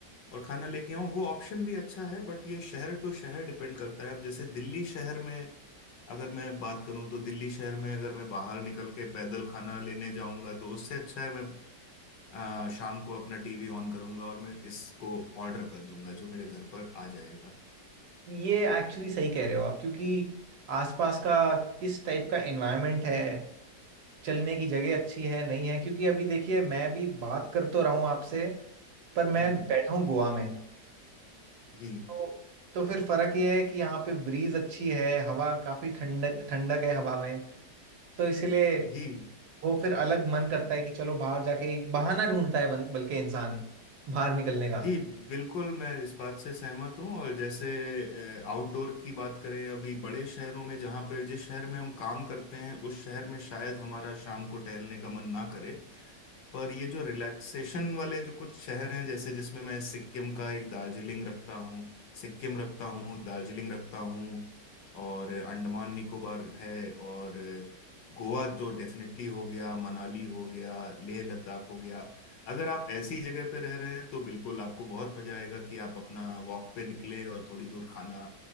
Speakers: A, on the left (about 80°); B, on the right (about 65°).
A: और खाना लेके आऊँ वो ऑप्शन भी अच्छा है बट ये शहर टू शहर डिपेंड करता है अब जैसे दिल्ली शहर में अगर मैं बात करूं तो दिल्ली शहर में अगर मैं बाहर निकल के पैदल खाना लेने जाऊंगा तो उससे अच्छा है मैं आ, शाम को अपना टीवी ऑन करूंगा और मैं इसको ऑर्डर कर दूंगा जो मेरे घर पर आ जाएगा
B: ये एक्चुअली सही कह रहे हो आप क्योंकि आसपास का किस टाइप का एनवायरनमेंट है चलने की जगह अच्छी है नहीं है क्योंकि अभी देखिए मैं भी बात कर तो रहा हूँ आपसे पर मैं
A: हम्म
B: बैठा हूँ गोवा में
A: जी
B: तो तो फिर फर्क ये है कि यहाँ पे ब्रीज अच्छी है हवा काफी ठंड ठंडक है हवा में तो इसलिए
A: जी
B: वो फिर अलग मन करता है कि चलो बाहर जाके एक बहाना ढूंढता है बन- बल्कि इंसान बाहर निकलने का
A: जी बिल्कुल मैं इस बात से सहमत हूँ और जैसे आउटडोर की बात करें अभी बड़े शहरों में जहाँ पे जिस शहर में हम काम करते हैं उस शहर में शायद हमारा शाम को टहलने का मन ना करे पर ये जो रिलैक्सेशन वाले जो कुछ शहर हैं जैसे जिसमें मैं सिक्किम का एक दार्जिलिंग रखता हूँ सिक्किम रखता हूँ दार्जिलिंग रखता हूँ और अंडमान निकोबार है और गोवा तो डेफिनेटली हो गया मनाली हो गया लेह लद्दाख हो गया अगर आप ऐसी जगह पे रह रहे हैं तो बिल्कुल आपको बहुत मजा आएगा कि आप अपना वॉक पे निकले और थोड़ी दूर खाना